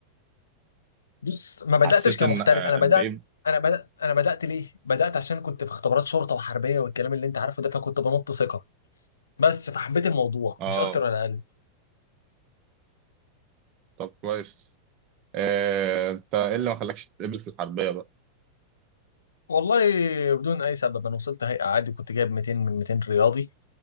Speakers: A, on the left; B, on the right.
A: بص ما بداتش
B: حسيت
A: كمحترف
B: ان آه
A: انا بدات
B: قد ايه
A: انا بدات انا بدات ليه بدات عشان كنت في اختبارات شرطه وحربيه والكلام اللي انت عارفه ده فكنت بنط ثقه بس فحبيت الموضوع
B: اه
A: مش اكتر ولا اقل
B: طب كويس آه انت ايه اللي ما خلاكش تتقبل في الحربيه بقى
A: والله بدون اي سبب انا وصلت هيئه عادي كنت جايب 200 من 200 رياضي